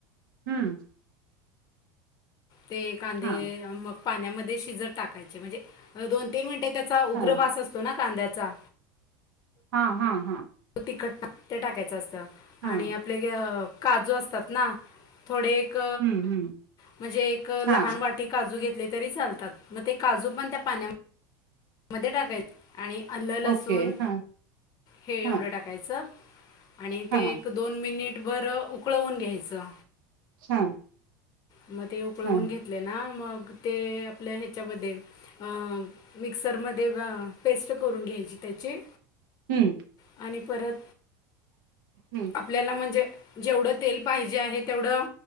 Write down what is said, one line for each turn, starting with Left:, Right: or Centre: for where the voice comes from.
Right: हम्म.
Left: ते कांदे
Right: हा
Left: मग पाण्यामध्ये शिजत टाकायचे म्हणजे दोन तीन मिनटे चा उग्रवास
Right: हा
Left: असतो ना कांद्याचा?
Right: हा, हा, हा
Left: त तिखट ते टाकायचं असतं
Right: हा
Left: आणि आपले काजू असतात ना थोडे एक
Right: हम्म हम्म
Left: म्हणजे एक
Right: हा
Left: लहान वाट काजू घेतले तरी चालतात, म ते काजू पण त्या पाण्या मध्ये टाकायच आणि आलं लसून
Right: ओके हा
Left: हे
Right: हा
Left: एवढं टाकायचं. आणि
Right: हा
Left: ते
Right: हा
Left: एक दोन मिनिट भर उकळवून घ्यायचं.
Right: हा.
Left: मग ते उकळवून
Right: हम्म
Left: घेतले ना मग ते आपल्या ह्याच्यामध्ये अ मिक्सरमध्ये ब पेस्ट करून घ्यायची. त्याचे
Right: हम्म
Left: आणि परत
Right: हा
Left: आपल्याला म्हणजे जेवढं तेल पाहिजे आहे तेवढं